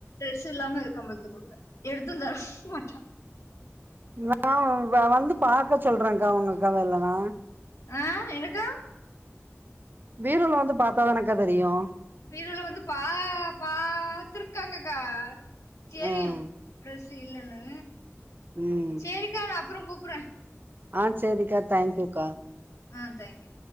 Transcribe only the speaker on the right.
நான் வ வந்து பாக்க சொல்றேகா உங்க அக்காவ இல்லனா
பீரோல வந்து பாத்தா தானக்கா தெரியு
ம்
ம்
ஆ சேரிக்கா தேங்க்யூக்கா